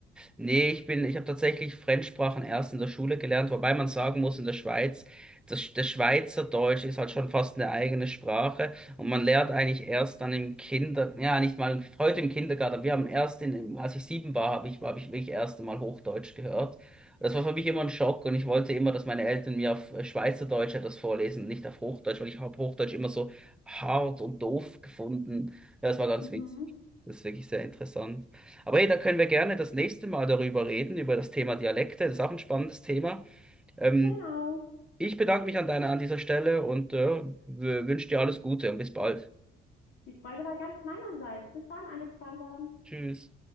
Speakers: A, in the centre; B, on the left.
A: Nee, ich bin, ich habe tatsächlich Fremdsprachen erst in der Schule gelernt, wobei man sagen muss, in der Schweiz, das, das Schweizerdeutsch ist halt schon fast eine eigene Sprache und man lernt eigentlich erst dann im Kinder, ja, nicht mal heute im Kindergarten. Wir haben erst in, als ich sieben war, habe ich, habe ich wirklich erst einmal Hochdeutsch gehört. Das war für mich immer ein Schock und ich wollte immer, dass meine Eltern mir auf Schweizerdeutsch etwas vorlesen, nicht auf Hochdeutsch, weil ich habe Hochdeutsch immer so hart und doof gefunden. Ja, das war ganz
B: Mhm,
A: witzig. Das ist wirklich sehr interessant. Aber hey, da können wir gerne das nächste Mal darüber reden, über das Thema Dialekte. Das ist auch ein spannendes Thema. Ähm,
B: genau.
A: ich bedanke mich an deiner an dieser Stelle und äh, w- wünsche dir alles Gute und bis bald.
B: Die Freude war ganz meinerseits. Bis dann, Alexander.
A: Tschüss.